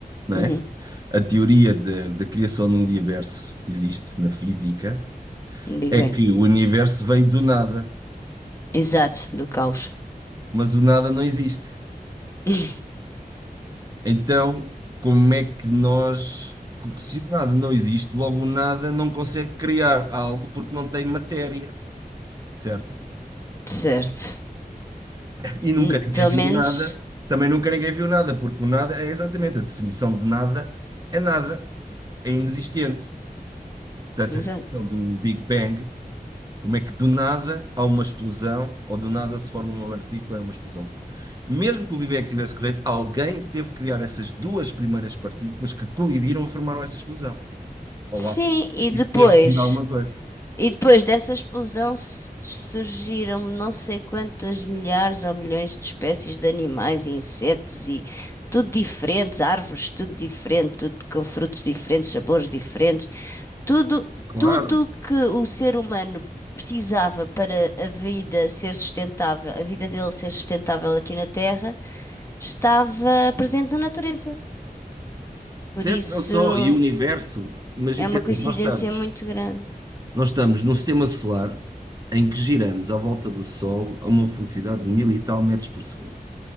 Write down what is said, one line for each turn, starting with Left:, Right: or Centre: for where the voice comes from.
Right: não
Left: uhum,
Right: é? A teoria da da criação do universo que existe na física
Left: Big
Right: é
Left: Bang,
Right: que o universo veio do nada,
Left: exato, do caos,
Right: mas o nada não existe.
Left: <laughs>
Right: Então, como é que nós, se o nada não existe, logo o nada não consegue criar algo porque não tem matéria, certo?
Left: certo.
Right: E nunca
Left: Hum,
Right: ninguém
Left: Pelo
Right: viu
Left: menos,
Right: nada, também nunca ninguém viu nada, porque o nada é exatamente a definição de nada, é nada, é inexistente. Portanto,
Left: exato.
Right: a questão do Big Bang Como é que do nada há uma explosão ou do nada se forma uma partícula, é uma explosão. Mesmo que o Big Bang tivesse correto, alguém teve que criar essas duas primeiras partículas que colidiram e formaram essa explosão. Olá,
Left: Sim, e
Right: isso
Left: depois
Right: teve que vir de alguma coisa.
Left: E depois dessa explosão su- surgiram não sei quantas milhares ou milhões de espécies de animais e insetos e tudo diferentes, árvores, tudo diferente, tudo com frutos diferentes, sabores diferentes, tudo,
Right: Claro.
Left: tudo que o ser humano precisava para a vida ser sustentável, a vida dele ser sustentável aqui na Terra, estava presente na natureza. Por
Right: Certo?
Left: isso
Right: Não só, e o universo. Imagina
Left: é uma
Right: que assim,
Left: coincidência
Right: nós estamos,
Left: muito grande.
Right: nós estamos num sistema solar em que giramos à volta do Sol a uma velocidade de mil e tal metros por segundo.